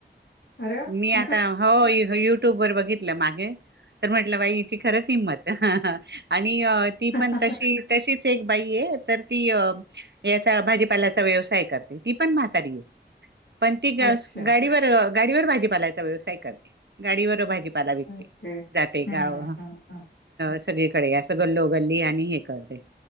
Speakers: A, on the left; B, on the right.
A: अरे वाह!
B: मी आता हो यु युट्यूब वर बघित ल मागे तर म्हटलं बाई हिची खरंच हिंमत आणि ती पण
A: हां.
B: तशी तशीच एक बाई य तर ती याचा भाजीपाल्याचा व्यवसाय करते, ती पण म्हातारी आहे. पण ती
A: अच्छा.
B: गा स्कू गाडीवर गाडीवर भाजीपालायचा व्यवसाय करते गाडीवर भाजी पाला विकते
A: ओके.
B: जाते
A: हं,
B: गाव
A: हं, हं.
B: सगळीकडे असं गल्लो गल्ली आणि हे करते